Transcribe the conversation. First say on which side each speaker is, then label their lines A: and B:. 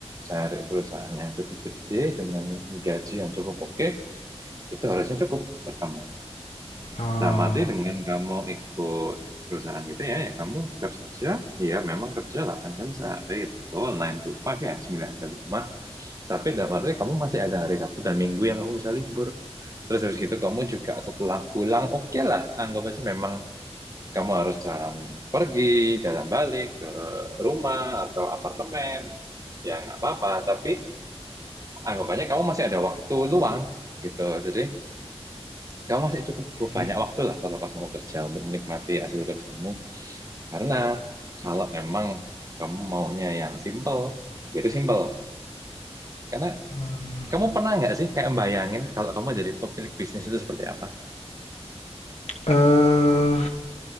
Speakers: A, on the right; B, on the left.
A: cari perusahaan yang cukup gede dengan gaji yang cukup oke, itu harusnya cukup buat kamu.
B: Oh,
A: Dalam arti dengan kamu ikut perusahaan gitu ya, ya kamu kerja, ya memang kerja 8 jam sehari, betul, nine to five ya, 9 ke 5. Tapi dalam arti kamu masih ada hari Sabtu dan Minggu yang kamu bisa libur. Terus habis gitu kamu juga setelah pulang, oke lah, anggap aja memang kamu harus jalan pergi, jalan balik ke rumah atau apartemen. Ya nggak apa-apa, tapi anggapannya kamu masih ada waktu luang gitu. Jadi kamu masih cukup
B: iya.
A: banyak waktu lah terlepas kamu kerja untuk menikmati hasil kerjamu. Karena kalau memang kamu maunya yang simple, ya itu simple. Karena
B: Hmm.
A: kamu pernah nggak sih kayak bayangin kalau kamu jadi pemilik bisnis itu seperti apa?
B: Eh,